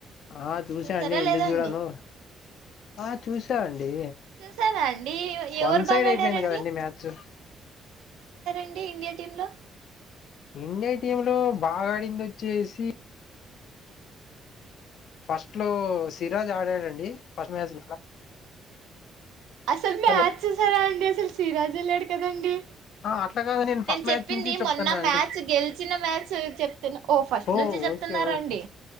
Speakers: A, on the left; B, on the right.
A: ఆ చూసాండి
B: చూసారా
A: ఎందుకు
B: లేదా
A: చూడాను
B: అండి
A: ఆ చూసావండి
B: చూసారా అండి ఎవరు
A: వన్ సైడ్
B: బాగా
A: అయిపోయింది
B: ఆడారండి
A: కదండి మ్యాథ్స్
B: అండి ఇండియా టీమ్ లో
A: ఇండియ టీమ్ లో బాగా ఆడింది వచ్చేసి ఫస్ట్ లో సిరాజ్ ఆడాడండి ఫస్ట్ మ్యాచ్
B: అసలు మ
A: హలో
B: ఆచ్చ సర అండి అస సిరాజ్ వెల్ళాడు కదండి
A: అట్లాగా నేను ఫస్ట్
B: చెప్పింది
A: మ్యాచ్ నుంచి చెప్తున్నా
B: మొన్న
A: అండి
B: మ్యాచ్ గెలిచిన మ్యాచ్ చెప్తున్నా ఫస్ట్
A: ఓ
B: నుంచి చెప్తున్నారండి
A: ఓకే ఓకే